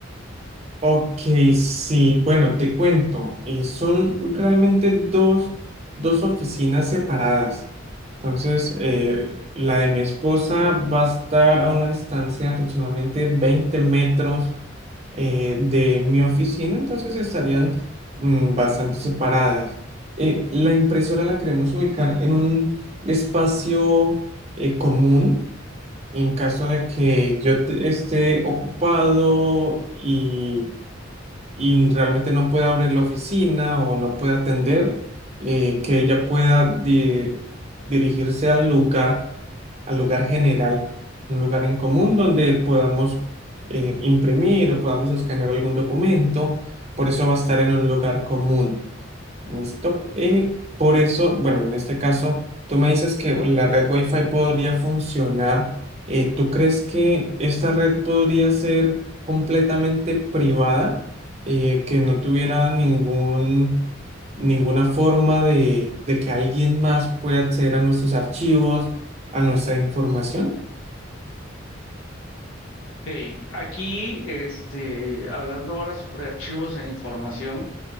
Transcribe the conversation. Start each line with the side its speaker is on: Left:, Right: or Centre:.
Right: Ok, sí, bueno, te cuento. eh, son realmente dos, dos oficinas separadas. Entonces, eh, la de mi esposa va a estar a una distancia de aproximadamente 20 metros eh, de mi oficina, entonces estarían mm, bastante separadas. Eh, la impresora la queremos ubicar en un espacio eh, común en caso de que yo te- esté ocupado y, y realmente no pueda abrir la oficina o no pueda atender, eh, que ella pueda di- dirigirse al lugar al lugar general, un lugar en común donde podamos eh, imprimir o podamos escanear algún documento. Por eso va a estar en un lugar común. Listo. Y por eso, bueno, en este caso, tú me dices que la red Wi-Fi podría funcionar. Eh, ¿tú crees que esta red podría ser completamente privada, Eh, que no tuviera ningún, ninguna forma de, de que alguien más pueda acceder a nuestros archivos, a nuestra información?
Left: sí Aquí, este, hablando ahora sobre archivos e información.